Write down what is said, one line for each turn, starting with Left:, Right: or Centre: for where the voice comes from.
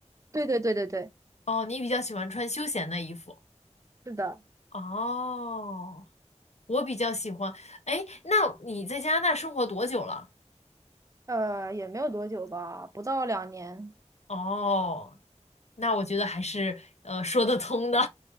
Right: 对对对对对，
Left: 哦，你比较喜欢穿休闲的衣服。
Right: 是的，
Left: 哦，我比较喜欢。哎，那你在加拿大生活多久了？
Right: 呃，也没有多久吧，不到两年。
Left: 哦，那我觉得还是呃说得通的，